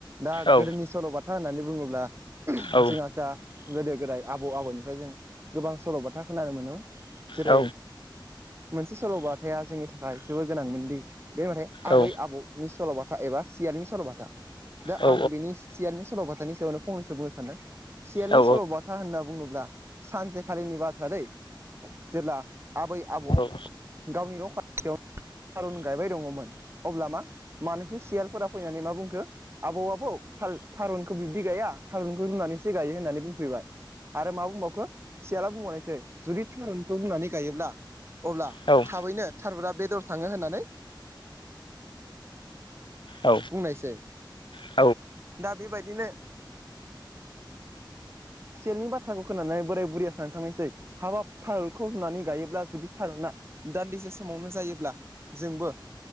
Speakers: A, on the right (about 30°); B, on the left (about 75°).
A: दा
B: औ
A: गोदोनि सल'बाथा होननानै बुङोब्ला
B: औ
A: जोंहा जा गोदो गोदाय आबौ आबौनिफ्राय जों गोबां सल'बाथा खोनानो मोनोमोन जेरै
B: औ
A: मोनसे सल'बाथाया जोंनि थाखाय जोबोर गोनांमोनदि बे माने आबै
B: औ
A: आबौनि सल'बाथा एबा सियलनि सल'बाथा दा
B: औ
A: आं बिनि सियालनि सल'बाथानि सायावनो फंनैसो बुंनो सानदों सियालनि
B: औ
A: सल'बाथा होनना बुङोब्ला सानसेे खालिनि बाथ्रा दै जेब्ला आबै आबौ
B: औ
A: गावनि र'खा थारुन गायबाय दङमोन अब्ला मा मानैसो सियालफोरा फैनानै मा बुंखो आबौ आबौ थारुनखौ बिब्दि गाया थारुनखौ रुनानैसो गायो होननानै बुंफैबाय आरो मा बुंबावखो सियाला बुंबावनोसै जुदि थारुनखौ होननानै गायोब्ला अब्ला
B: औ
A: थाबैनो थारबा बेदर थाङो होननानै
B: औ
A: बुंनायसै
B: औ
A: दा बेबायदिनो सेलनि बाथ्राखौ खोनानानै बोराय बुरैया सानखांनायसै हाब थालखौ होननानै गायोब्ला जुदि थारोना, दान्दिसे समावनो जायोब्ला जोंबो